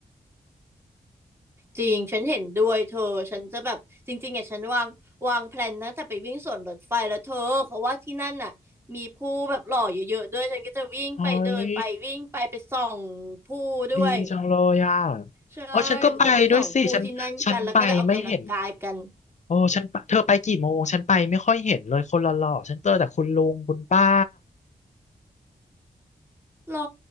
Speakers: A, on the right; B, on the left.
A: จริง ฉันเห็นด้วยเธอฉันจะแบบจริงๆอ่ะฉันวางวางแพลนตั้งแต่ไปวิ่งสวนรถไฟแล้วเธอเขาว่าที่นั่นน่ะมีผู้แบบหล่อเยอะๆด้วยฉันก็จะวิ่งไปเดินไปวิ่งไปไปส่องผู้ด้วย
B: เฮ้ยดีจังเลยอ่ะ
A: ใช่เราจะไปส่องผู้ที่นั่นกันแล้วก็ได้ออกกำลังกายกัน
B: อ๋อฉันก็ไปด้วยสิฉันฉันไปไม่เห็นโอ้ฉันไปเธอไปกี่โมงฉันไปไม่ค่อยเห็นเลยคนหล่อๆฉันเจอแต่คุณลุงคุณป้า
A: หรอ